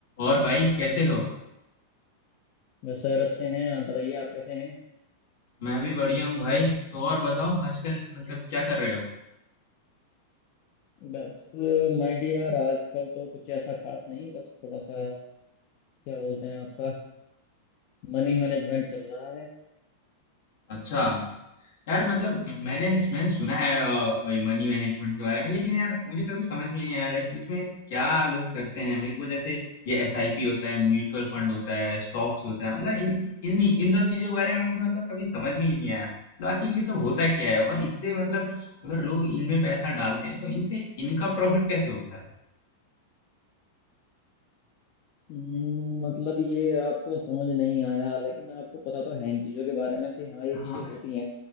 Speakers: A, on the left; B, on the left.
A: और भाई कैसे हो
B: बस सर अच्छे हैं आप बताइए आप कैसे हैं
A: मैं भी बढ़िया हूँ भाई तो और बताओ आजकल मतलब क्या कर रहे हो
B: बस माय डियर आजकल तो कुछ ऐसा खास नहीं बस थोड़ा सा क्या बोलते हैं आपका मनी मैनेजमेंट चल रहा है
A: अच्छा यार मतलब
B: हम्म,
A: मैंने मैंने सुना है मनी मैनेजमेंट के बारे में लेकिन यार मुझे कभी समझ में नहीं आया लाइक इसमें क्या लोग करते हैं मेरे को जैसे ये एसआईपी होता है म्यूचुअल फंड होता है स्टॉक्स होता है मतलब इन इन इन सब चीजों के बारे में मुझे मतलब कभी समझ में ही नहीं आया तो आखिर ये सब होता क्या है और इससे मतलब अगर लोग इनमें पैसा डालते हैं तो इनसे इनका प्रॉफिट कैसे होता है
B: हम्म, मतलब ये आपको समझ नहीं आया लेकिन आपको पता तो है इन चीज़ों के बारे में कि हाँ ये चीज़ें
A: हाँ
B: होती हैं